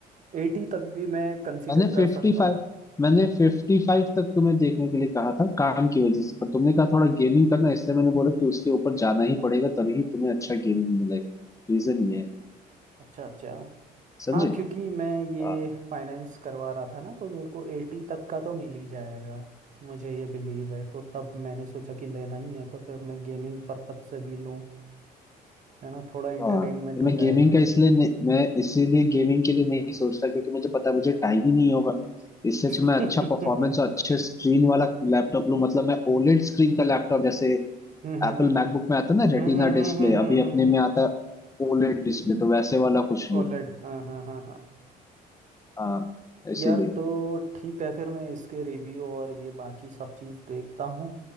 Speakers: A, on the right; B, on the left.
A: एटी तक भी मैं कंसीडर
B: मैंने
A: कर
B: फिफ्टी
A: सकता
B: फाइव
A: हूँ
B: मैंने फिफ्टी फाइव तक तुम्हें देखने के लिए कहा था काम की वजह से पर तुमने कहा थोड़ा गेमिंग करना इसलिए मैंने बोला कि उसके ऊपर जाना ही पड़ेगा तभी तुम्हें अच्छा गेमिंग मिलेगा रीजन ये है
A: अच्छा अच्छा
B: समझे
A: हाँ क्योंकि मैं ये
B: हाँ
A: फाइनेंस करवा रहा था ना तो मेरे को एटी तक का तो मिल ही जाएगा मुझे ये बिलीव है तो तब मैंने सोचा कि लेना ही है तो फिर मैं गेमिंग पर्पज से भी लूँ है ना थोड़ा एंटरटेनमेंट
B: हाँ।
A: हो
B: मैं गेमिंग
A: जाएगा
B: का इसलिए नहीं- मैं इसीलिए गेमिंग के लिए नहीं सोचता क्योंकि मुझे पता है मुझे टाइम ही नहीं होगा इससे
A: <laughs>
B: अच्छा मैं अच्छा परफॉर्मेंस और अच्छे स्क्रीन वाला लैपटॉप लूं मतलब मैं ओलेड स्क्रीन का लैपटॉप जैसे
A: हम्म
B: एप्पल
A: हम्म
B: मैकबुक
A: हम्म
B: में आता है ना रेटिना
A: हम्म हम्म
B: डिस्प्ले
A: हम्म हम्म हम्म हम्म
B: अभी
A: हम्म हम्म,
B: अपने
A: हम्म, हम्म।
B: में आता है ओलेड डिस्प्ले तो वैसे वाला कुछ लूं
A: ओलेड हाँ हाँ हाँ हाँ
B: हाँ इसीलिए
A: यार तो ठीक है फिर मैं इसके रिव्यू और ये बाकी सब चीज़ देखता हूँ